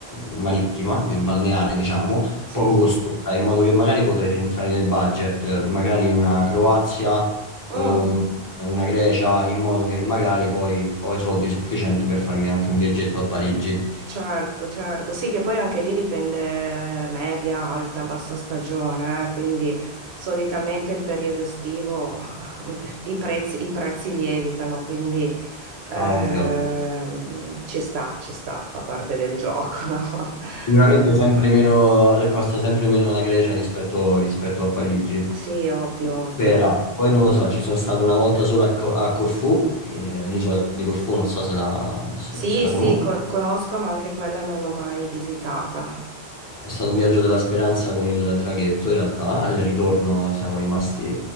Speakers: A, on the left; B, on the right.
A: marittima, di- balneare, diciamo,
B: sì.
A: poco costosa, in modo che magari potrei rientrare nel budget, eh, magari una Croazia
B: Mm.
A: o un- una Grecia, in modo che magari poi ho i soldi sufficienti per farmi anche un viaggetto a Parigi.
B: Certo, certo, sì che poi anche lì dipende eh, media, alta, bassa stagione, eh, Quindi solitamente il periodo estivo <laughs> i prezzi, i prezzi lievitano, quindi ehm,
A: Ah, ovvio.
B: ci sta, ci sta, fa parte del gioco, <laughs> no?
A: Sicuramente
B: De-
A: sempre meno, costa sempre meno la Grecia rispetto, rispetto a Parigi.
B: Sì, ovvio, ovvio.
A: Spera. Poi non lo so, ci sono stato una volta solo a, Co- a Corfù, eh, l'isola di Corfù, non so se la, se,
B: Sì,
A: se la
B: sì,
A: conosci.
B: co- conosco, ma anche quella non l'ho mai visitata.
A: È stato un viaggio della speranza con il traghetto, in realtà. Al ritorno siamo rimasti,